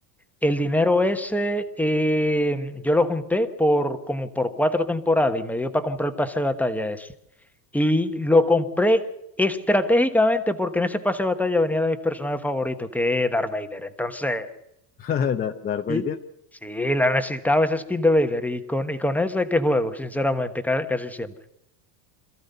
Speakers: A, in the centre; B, on the left.
A: El dinero ese eh, yo lo junté por como por cuatro temporadas y me dio para comprar el pase de batalla ese. Y lo compré estratégicamente porque en ese pase de batalla venía de mis personajes favoritos, que es Darth Vader. Entonces,
B: <laughs> Da- Darth Vader,
A: l- sí, la necesitaba esa skin de Vader y con, y con esa es que juego, sinceramente, ca- casi, siempre.